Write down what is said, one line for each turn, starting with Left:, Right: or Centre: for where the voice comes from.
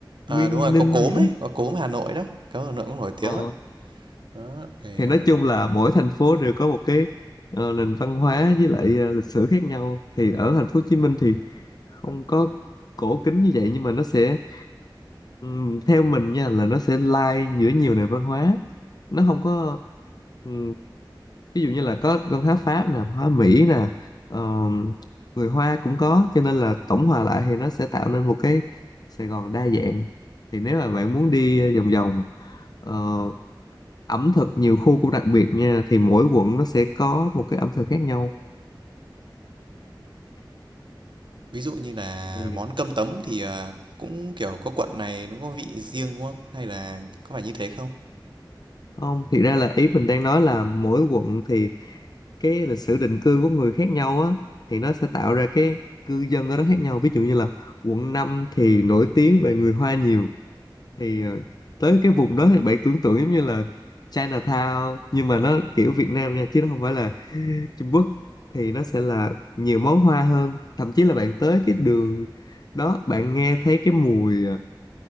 Right: à,
Left: Nguyên
Right: đúng rồi, có
Left: Ninh
Right: cốm
Left: gì
Right: đấy,
Left: đó
Right: có cốm Hà Nội đó, có Hà Nội cũng nổi tiếng
Left: ờ
Right: á. Đó, thì,
Left: thì
Right: à,
Left: nói chung là mỗi thành phố đều có một cái ờ, nền văn hóa với lại ờ, lịch sử khác nhau thì ở thành phố Hồ Chí Minh thì không có cổ kính như vậy nhưng mà nó sẽ ừm, theo mình nha là nó sẽ lai giữa nhiều nền văn hóa nó không có ừm, ví dụ như là có văn hóa Pháp nè hóa Mỹ nè ờm, người Hoa cũng có cho nên là tổng hòa lại thì nó sẽ tạo nên một cái Sài Gòn đa dạng thì nếu mà bạn muốn đi ờ, vòng vòng ờ, ẩm thực nhiều khu cũng đặc biệt nha thì mỗi quận nó sẽ có một cái ẩm thực khác nhau
Right: ví dụ như là
Left: Ừ.
Right: món cơm tấm thì, à, cũng, kiểu, có quận này nó có vị riêng, đúng không? Hay là có phải như thế không?
Left: không thiệt ra là ý mình đang nói là mỗi quận thì cái lịch sử định cư của người khác nhau á thì nó sẽ tạo ra cái cư dân ở đó khác nhau ví dụ như là quận 5 thì nổi tiếng về người Hoa nhiều thì ờ, tới cái vùng đó thì bạn tưởng tượng giống như là Chinatown nhưng mà nó kiểu Việt Nam nha chứ nó không phải là Trung Quốc thì nó sẽ là nhiều món hoa hơn thậm chí là bạn tới cái đường đó bạn nghe thấy cái mùi ờ,